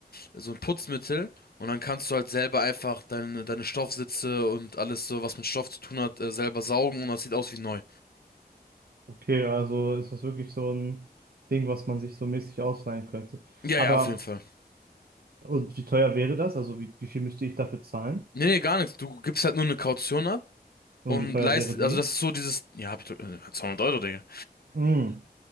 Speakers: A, on the left (about 65°); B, on the right (about 65°).
A: so ein Putzmittel und dann kannst du halt selber einfach deine, deine Stoffsitze und alles so, was mit Stoff zu tun hat, äh, selber saugen und das sieht aus wie neu.
B: Okay, also ist das wirklich so ein Ding, was man sich so mäßig ausleihen könnte.
A: Ja,
B: Aber
A: ja, auf jeden Fall.
B: und wie teuer wäre das? Also wie, wie viel müsste ich dafür zahlen?
A: Nee, nee, gar nichts. Du gibst halt nur eine Kaution ab
B: Und
A: und
B: wie teuer
A: leist,
B: wäre die?
A: also das ist so dieses, ja, hab ich doch, äh, 200 Euro, Digga.
B: Mm.